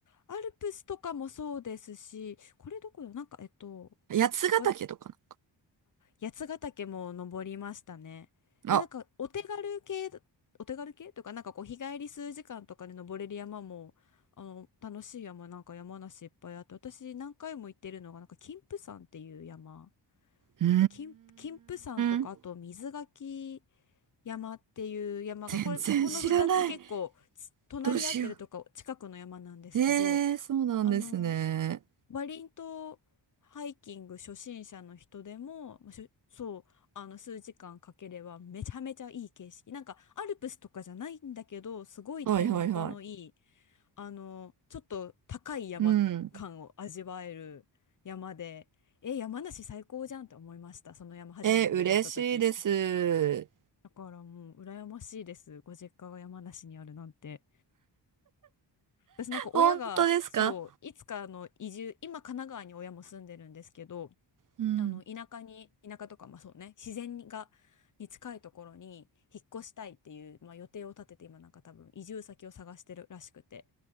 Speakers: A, on the left; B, on the right.
A: アルプスとかもそうですし、これどこだ、なんか、えっと、
B: 八ヶ岳とか
A: わ八ヶ岳も登りましたね。
B: な。
A: でもなんか、
B: あ、
A: お手軽系、お手軽系とか、なんかこう、日帰り数時間とかで登れる山も、あの、楽しい山、なんか山梨いっぱいあって、私何回も行ってるのが、なんか、金峰山っていう山。
B: うー
A: 金、金峰山とか、
B: ん。
A: あと水垣、山っていう山が、
B: 全然知らない。
A: これ、この2つ結構つ隣り合ってるとか近くの山なんですけど、
B: どうしよう。えー、そうなんですね。
A: あの、バリン島ハイキング初心者の人でも、まあしょそう、あの数時間かければめちゃめちゃいい景色。なんかアルプスとかじゃないんだけど、すごい展望のいい、
B: はいはいはい。
A: あの、ちょっと高い山感を味わえる山で、
B: うん。
A: え、山梨最高じゃんって思いました。その山初めて登った時。
B: えー、嬉しいです。
A: だからもう羨ましいです。ご実家が山梨にあるなんて。私なんか親がそういつかあの移住今神奈川に親も住んでるんですけど
B: 本当ですかうん。
A: あの田舎に田舎とかまあそうね自然がに近いところに引っ越したいっていう、まあ、予定を立てて今なんか多分移住先を探してるらしくて